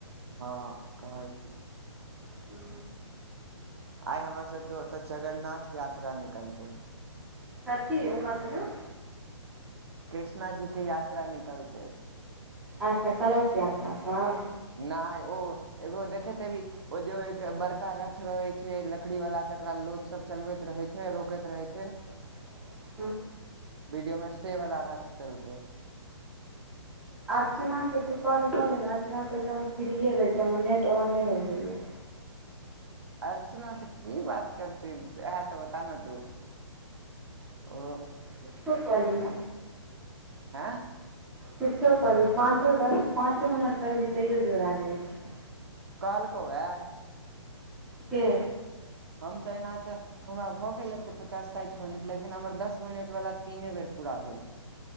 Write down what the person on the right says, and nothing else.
हँ कहै छलय
आइ हमरा सभ के ओत जगरनाथ यात्रा निकलतै
कृष्णा जी के यात्रा निकलते
नहि ओ एगो देखतबी हेभी ओ जे एक बड़का रथ रहे छै लकड़ी वाला तकरा लोक सब चलबैत रहे छै रोकैत रहे छै
वीडियो में से वाला रथ चलते
अर्चना से की बात करतीे सेहा तऽ बता न तू ओ
आँ
काहैलक है
हम तऽ एना तऽ हमरा भऽ गेलै तऽ पचास साठि मिनट लेकिन हमर दस मिनट वाला तीने बेर पूरा भेल